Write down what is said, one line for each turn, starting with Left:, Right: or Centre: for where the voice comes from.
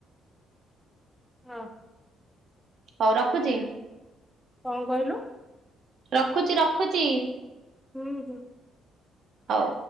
Centre: ହଁ।
Right: ହଉ ରଖୁଚି।
Centre: କଣ କହିଲୁ?
Right: ରଖୁଚି ରଖୁଚି।
Centre: ହୁଁ ହୁଁ।
Right: ହଉ